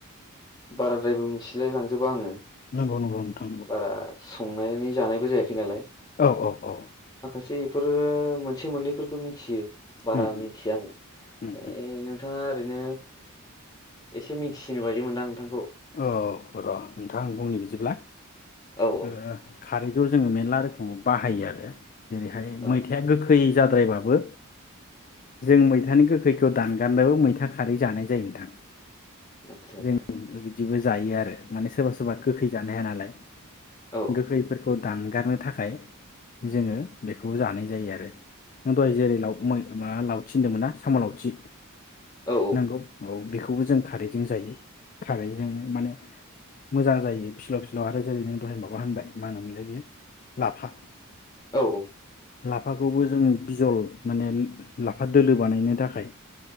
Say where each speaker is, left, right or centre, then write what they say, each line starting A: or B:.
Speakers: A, on the left; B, on the left.
A: बाराद्रायबो मिथिलाय लांजोबा आङो
B: नंगौ नंगौ नोंथां नंगौ
A: बारा संनानै जानायबो जायाखै नालाय
B: औ औ औ
A: से बेफोरो मोनसे मोननैफोरखौ मिथियो बारा
B: उम
A: मिथिया आङो
B: उम उम
A: बे
B: उम
A: नों नोंथाङा ओरैनो एसे मिथिसिनो बायदि मोनदां नोंथांखौ
B: औ र' नोंथां आ बुंनि बिदिब्ला
A: औ औ
B: ओ खारैखौ जोङो मेरला रोखोमाव बाहायो आरो जेरैहाय
A: औ
B: मैथाया गोखै गोखै जाद्रायबाबो जों मैथानि गोखैखौ दानगारनोबो मैथा खारै जानाय जायो नोंथां।
A: आतसा आतसा।
B: जों बिदिबो जायो आरो। माने सोरबा सोरबा गोखै जानो हाया नालाय।
A: औ
B: गोखैफोरखौ। दानगारनो थाखाय जोङो बेखौ जानाय जायो आरो दहाय जेरै ल माबा लावथि होनदोंमोन ना साम' लावथि
A: औ
B: नंगौ औ बेखौ बेखौबो जों खारै जों जायो। जोंङो माने मोजां जायो फिलाव फिलाव आरो जेरै नों दहाय माबा होनबाय मा होनोमोनलाय बेयो लाफा
A: औ औ।
B: लाफाखौबो जों बिजल माने लाफा दोलो बानायनो थाखाय।